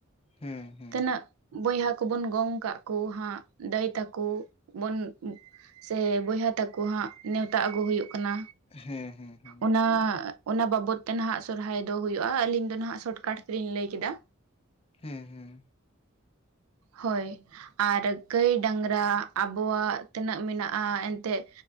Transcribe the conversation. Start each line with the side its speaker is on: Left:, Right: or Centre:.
Left: ᱦᱮᱸ ᱦᱮᱸ ᱦᱮᱸ
Right: ᱛᱤᱱᱟᱹᱜ ᱵᱚᱭᱦᱟ ᱠᱚᱵᱚᱱ ᱜᱚᱝ ᱠᱟᱜ ᱠᱚ ᱦᱟᱸᱜ ᱫᱟᱹᱭ ᱛᱟᱠᱚ ᱵᱚᱱ ᱥᱮ ᱵᱚᱭᱦᱟ ᱛᱟᱠᱚ ᱦᱟᱸᱜ ᱱᱮᱣᱛᱟ ᱟᱹᱜᱩ ᱦᱩᱭᱩᱜ ᱠᱟᱱᱟ
Left: ᱦᱮᱸ ᱦᱮᱸ
Right: ᱚᱱᱟ ᱚᱱᱟ ᱵᱟᱵᱚᱛ ᱛᱮ ᱱᱟᱦᱟᱜ ᱥᱚᱨᱦᱟᱭ ᱫᱚ ᱦᱩᱭᱩᱜᱼᱟ ᱟᱞᱤᱧ ᱫᱚ ᱱᱟᱦᱟᱜ ᱥᱚᱨᱚᱴᱠᱟᱴ ᱛᱮᱞᱤᱧ ᱞᱟᱹᱭᱠᱮᱫᱟ
Left: ᱦᱮᱸ ᱦᱮᱸ
Right: ᱦᱳᱭ ᱟᱨ ᱜᱟᱹᱭ ᱰᱟᱝᱨᱟ ᱟᱵᱚᱣᱟᱜ ᱛᱤᱱᱟᱹᱜ ᱢᱮᱱᱟᱜᱼᱟ ᱮᱱᱛᱮᱫ